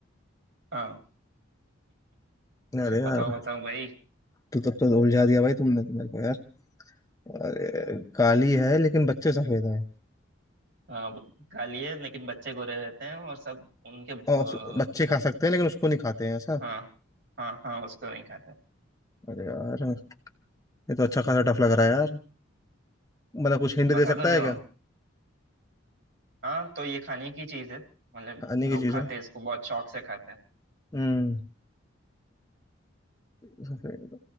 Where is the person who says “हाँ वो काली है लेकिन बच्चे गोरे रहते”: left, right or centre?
Right